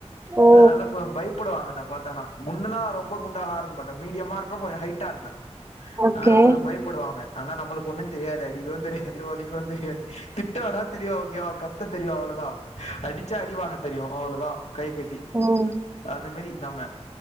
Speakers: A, on the right (about 20°); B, on the left (about 75°).
A: ஓ
B: அதுனால கொ பயப்படுவாங்க என்ன பத்தான்னா குண்டுன்னா ரொம்ப குண்டாலா இருக்க மாட்டே மீடியமா இருப்பே கொஞ்ச ஹைட்டா இருப்பே
A: ஓகே
B: அனால கொஞ்ச பயப் படுவாங்க ஆனா நம்மளுக் ஒன்னு தெரியாது அடிக்கவு தெரியாது ஒதைக்கவு தெரியாது திட்ட வேணா தெரியு ஓகேவா க த்த தெரியு அவ்ள தா அடிச்சா அடி வாங்க தெரியு அவ்ள தா கை கட்டி
A: ம்
B: அந்த மேரி நம்ம